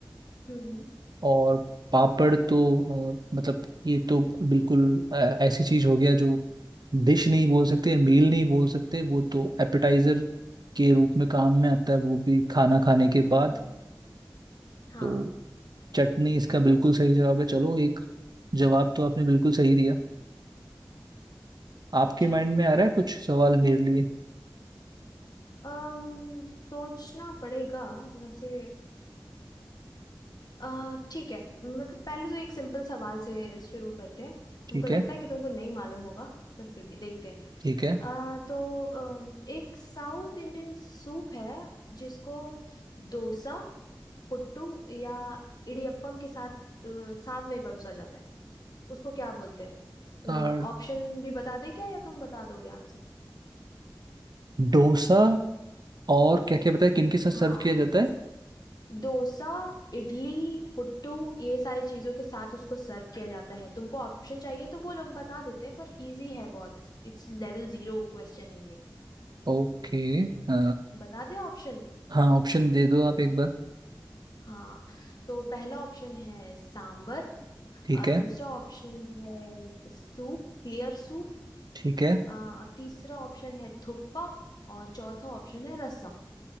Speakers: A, on the left; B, on the right.
A: हम्म हम्म
B: और पापड़ तो अ, मतलब ये तो बिल्कुल अ, ऐसी चीज हो गया जो डिश नहीं बोल सकते मील नहीं बोल सकते वो तो एपेटाइजर के रूप में काम में आता है वो भी खाना खाने के
A: हम्म,
B: बाद
A: हम्म। हाँ
B: तो चटनी इसका बिल्कुल सही जवाब है चलो एक जवाब तो आपने बिल्कुल सही दिया आपके
A: अच्छा
B: माइंड में आ रहा है कुछ सवाल मेरे लिए
A: अम सोचना पड़ेगा वैसे अ, ठीक है मतलब पहले तो एक सिंपल सवाल से शुरू करते हैं
B: ठीक
A: हमको लगता
B: है
A: है कि तुमको नहीं मालूम होगा पर फिर भी देखते हैं
B: ठीक है
A: आ, तो अम, एक साउथ इंडियन सूप है जिसको डोसा पुट्टू या इडियप्पम के साथ अ, साथ में परोसा जाता है उसको क्या बोलते हैं
B: और
A: ऑप्शन भी बता दें क्या या तुम बता दोगे आंसर
B: डोसा और क्या क्या बताया किन के साथ सर्व
A: हाँ
B: किया जाता है
A: डोसा इडली पुट्टू ये सारी चीजों के साथ उसको सर्व किया जाता है तुमको ऑप्शन चाहिए तो बोलो हम बता देते हैं पर इजी है बहुत इट्स लेवल जीरो क्वेश्चन है ये
B: ओके अ,
A: बता दे ऑप्शन
B: हाँ ऑप्शन दे दो आप एक बार
A: हाँ तो पहला ऑप्शन है सांबर
B: ठीक
A: अ,
B: है
A: दूसरा ऑप्शन है सूप क्लियर सूप
B: ठीक है
A: अ, तीसरा ऑप्शन है थुक्पा और चौथा ऑप्शन है रसम